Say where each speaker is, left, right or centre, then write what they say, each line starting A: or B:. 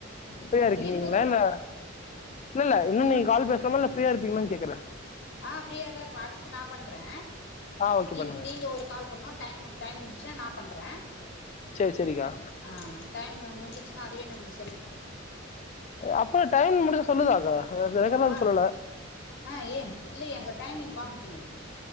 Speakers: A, on the left (about 35°); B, on the left (about 55°).
A: ஃப்ரியா இருக்கீங்களா
B: எண்பது ரூபாப்பா
A: இல்ல இல்ல இல்ல இன்னு நீ கால் பேசலாம ஃபிரியா இருப்பீங்களானு கேக்கறே
B: ஆ ஃப்ரீயா தா இருப்பே அடுத்தது நா பண்றே
A: ஆ ஓகே
B: நீ
A: பண்ணுங்க
B: நீங்க ஒரு கால் பண்ணோ டைம் மேம் டைம் முடிஞ்சுச்சு சு நா பண்றே
A: சரி சரிக்கா
B: ஆ டைம்ல்லா முடிஞ்சு ஏன்னா அதுவே நம்புளுக்கு
A: அப்ப டைம் முடிஞ்சா சொல்லுதாக்கா ரெகுலராக
B: ஆ
A: சொல்லல
B: ஆ ஏ இல்லயே அங்க டைமிங் காமிக்குமே